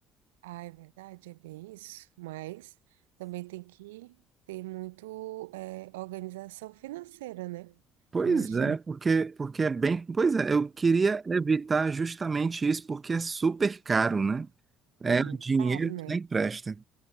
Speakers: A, on the right (about 75°); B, on the right (about 25°).
A: Ah, é verdade, é bem isso. Mas também tem que ter muito eh, organização financeira, né?
B: Pois
A: Imagina,
B: é, porque, porque é bem. Pois é, eu queria evitar justamente isso, porque é super caro, né? É
A: é muito
B: um dinheiro
A: caro, né?
B: que nem presta.